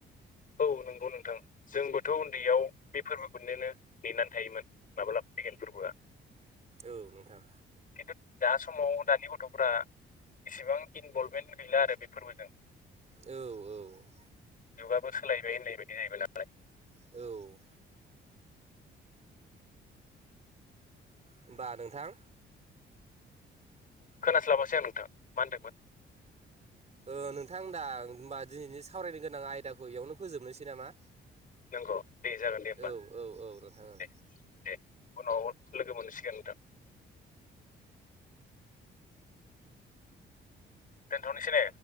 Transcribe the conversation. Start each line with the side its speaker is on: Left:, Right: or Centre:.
Left: औ नंगौ नोंथां जोंबोथ' उन्दैयाव बे फोरबोखौनोनो नेनानै थायोमोन माब्ला फैगोन फोरबोआ।
Right: औ नोंथां।
Left: खिन्थु दा समाव दानि गथ'फ्रा इसेबां इनभल्भमेन्ट गैला आरो बे फोरबोजों।
Right: औ औ।
Left: जुगाबो सोलायबाय होननाय बायदि जाहैबाय नालाय।
Right: औ। होमबा नोंथां
Left: खोनास्लाबासै आं नोंथां मा होनदोंमोन?
Right: ओ नोंथां दा होमबा दिनैनि सावरायनो गोनां आयदाखौ बेयावनो फोजोबनोसै नामा?
Left: नंगौ दे जागोन दे होमबा
Right: औ औ औ नोंथां ओं
Left: दे दे। उनाव लोगो मोनसिगोन नोंथां। दोनथ'नोसै ने?